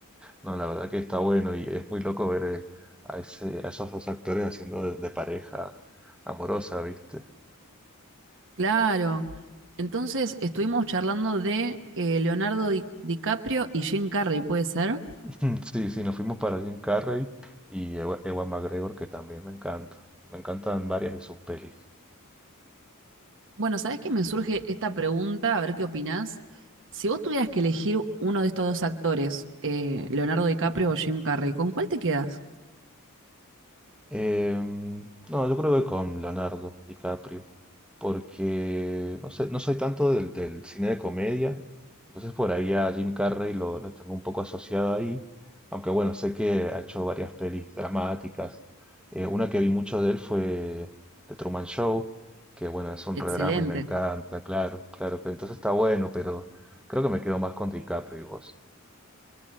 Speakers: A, in the centre; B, on the right (about 60°).
A: No, la verdad que está bueno y es muy loco ver eh, a, ese, a esos dos actores haciendo de de pareja amorosa, ¿viste?
B: Claro. Entonces estuvimos charlando de eh, Leonardo Di- DiCaprio y Jim Carrey, ¿puede ser?
A: <laughs> Sí, sí, nos fuimos para Jim Carrey y Ewa, Ewa McGregor, que también me encanta. Me encantan varias de sus películas.
B: Bueno, ¿sabés que me surge esta pregunta? A ver qué opinás. Si vos tuvieras que elegir uno de estos dos actores, eh, Leonardo DiCaprio o Jim Carrey, ¿con cuál te quedas?
A: Em, no, yo creo que con Leonardo DiCaprio, porque no sé, no soy tanto del, del cine de comedia, entonces por ahí a Jim Carrey lo, lo tengo un poco asociado ahí, aunque bueno, sé que ha hecho varias pelis dramáticas. Eh, una que vi mucho de él fue The Truman Show, que bueno, es un
B: Excelente.
A: redrama y me encanta, claro, claro que entonces está bueno, pero creo que me quedo más con DiCaprio y vos.